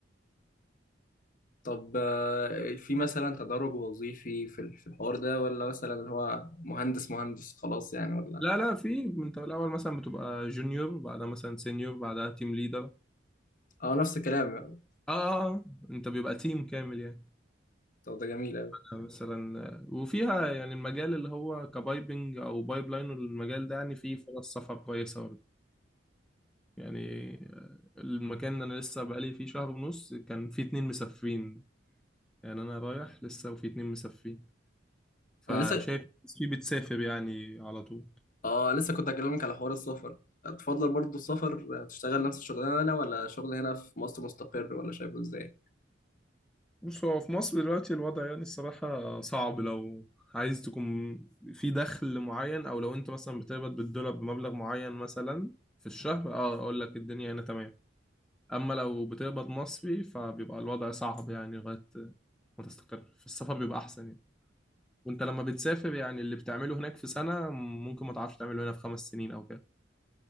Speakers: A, on the left; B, in the centre.
A: طب آه، في مثلا تدرج وظيفي في ال- في الحوار ده ولا مثلا هو مهندس مهندس خلاص يعني ولا
B: لا لا في انت الاول مثلا بتبقى جونيور بعدها مثلا سينيور بعدها تيم ليدر
A: اه نفس الكلام
B: اه انت بيبقى تيم كامل يعني
A: طب ده جميل اوي
B: آه، مثلا آه، وفيها يعني المجال اللي هو كبايبنج او بايب لاين المجال ده يعني فيه فرص سفر كويسه برضه يعني آه، المكان اللي انا لسه بقالي فيه شهر ونص كان فيه اتنين مسافرين يعني انا رايح لسه وفيه اتنين مسافرين فشايف
A: انا لسه
B: ناس فيه بتسافر يعني على طول
A: اه لسه كنت اكلمك على حوار السفر تفضل برضو السفر آه، تشتغل نفس الشغلانه هنا ولا شغل هنا في مصر مستقر ولا شايفه ازاي
B: بص هو في مصر دلوقتي الوضع يعني الصراحة صعب لو عايز تكون في دخل معين أو لو أنت مثلا بتقبض بالدولار بمبلغ معين مثلا في الشهر أه أقول لك الدنيا هنا تمام أما لو بتقبض مصري فبيبقى الوضع صعب يعني لغاية ما تستقر في السفر بيبقى أحسن يعني وأنت لما بتسافر يعني اللي بتعمله هناك في سنة ممكن ما تعرفش تعمله هنا في خمس سنين أو كده